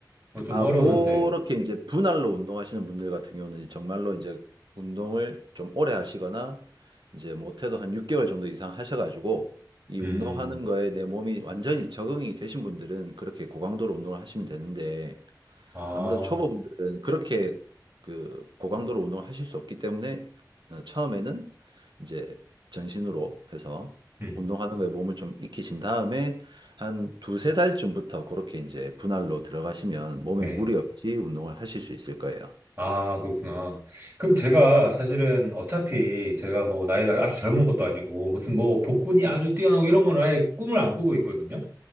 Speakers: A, on the right (about 35°); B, on the right (about 80°).
A: 뭐 좀
B: 아,
A: 어려웠는데.
B: 그렇게 이제 분할로 운동하시는 분들 같은 경우는 정말로 이제 운동을 좀 오래 하시거나 이제 못해도 한 6개월 정도 이상 하셔가지고 이
A: 음,
B: 운동하는 거에 내 몸이 완전히 적응이 되신 분들은 그렇게 고강도로 운동을 하시면 되는데
A: 아,
B: 아무래도 초보분들은 그렇게 그 고강도로 운동을 하실 수 없기 때문에 어, 처음에는 이제 전신으로 해서
A: 음,
B: 운동하는 거에 몸을 좀 익히신 다음에 한 두세 달쯤부터 그렇게 이제 분할로 들어가시면 몸에
A: 네.
B: 무리 없이 운동을 하실 수 있을 거예요.
A: 아, 그렇구나. 그럼 제가 사실은 어차피 제가 뭐 나이가 아주 젊은 것도 아니고 무슨 뭐 복근이 아주 뛰어나고 이런 건 아예 꿈을 안 꾸고 있거든요.